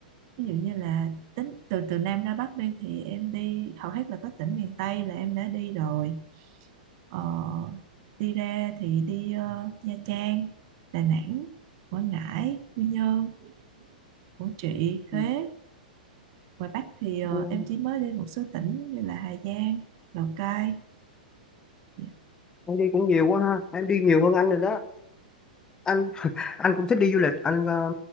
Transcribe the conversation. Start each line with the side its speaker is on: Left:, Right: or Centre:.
Right: Ví dụ như là tính từ từ Nam ra Bắc đi thì em đi hầu hết là các tỉnh miền Tây là em đã đi rồi. Ờ, đi ra thì đi ờ, Nha Trang, Đà Nẵng, Quảng Ngãi, Quy Nhơn. của chị Huế
Left: Ừ,
Right: ngoài Bắc thì ờ,
Left: ừ,
Right: em chỉ mới đi một số tỉnh như là Hà Giang Lào Cai dạ
Left: Em đi cũng nhiều quá ha. Em đi nhiều hơn anh rồi đó. anh <laughs> anh cũng thích đi du lịch anh ờ,